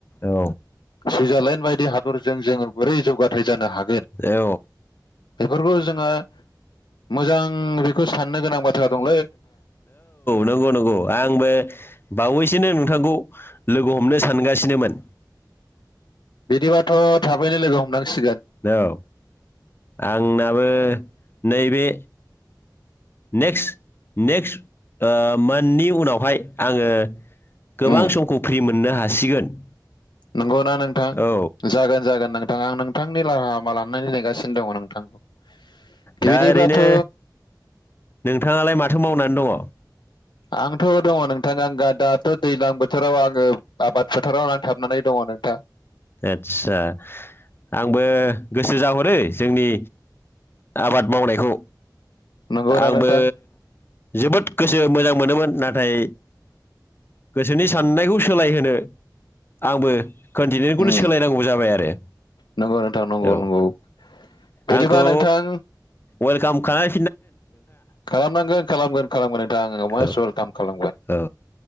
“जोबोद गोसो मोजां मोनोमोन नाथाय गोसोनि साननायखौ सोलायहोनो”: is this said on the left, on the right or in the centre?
Left